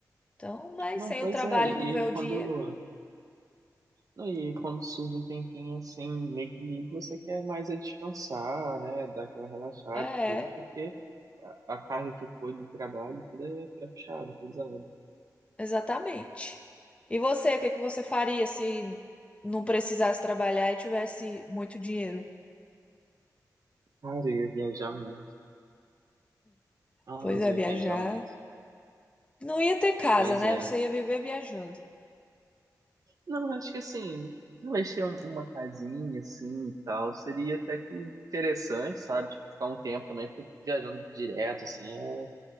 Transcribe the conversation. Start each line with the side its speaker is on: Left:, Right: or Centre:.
Left: Então, mas
Right: Não,
Left: sem
Right: pois
Left: o trabalho
Right: é, e
Left: não vê
Right: e
Left: o dinheiro.
Right: quando, não, e quando surge um tempinho assim, meio que livre, você quer mais é descansar, né? Dar aquela relaxada
Left: É,
Right: e tudo, porque a, a carga que foi do trabalho, tudo é, é puxado, é pesado.
Left: exatamente. E você, o que que você faria se não precisasse trabalhar e tivesse muito dinheiro?
Right: Cara, eu ia viajar muito. Ah,
Left: Pois
Right: mas
Left: é,
Right: eu
Left: viajar.
Right: ia viajar muito.
Left: Não ia ter casa,
Right: Pois
Left: né?
Right: é.
Left: Você ia viver viajando.
Right: Não, acho que assim, talvez ter um- uma casinha assim e tal, seria até que interessante, sabe? Tipo, ficar um tempo também, porque viajando direto, assim, é